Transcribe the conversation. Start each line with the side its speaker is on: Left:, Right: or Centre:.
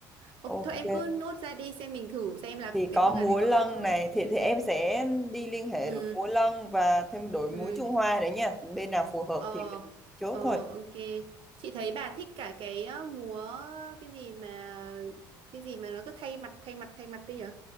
Centre: ok
Right: Ok, thôi em cứ nốt ra đi xem mình thử xem là
Centre: thì
Right: cái
Centre: có
Right: phương
Centre: múa
Right: án đấy có
Centre: lân
Right: được không
Centre: này thì, thì em sẽ đi liên hệ
Right: ừ
Centre: đội múa lân và thêm đội
Right: ừ
Centre: múa Trung Hoa nữa nha bên nào phù hợp
Right: Ờ,
Centre: thì mình chốt
Right: ờ,
Centre: thôi
Right: ok. Chị thấy bà thích cả cái ờ, múa cái gì mà cái gì mà nó cứ thay mặt thay mặt thay mặt đấy nhở?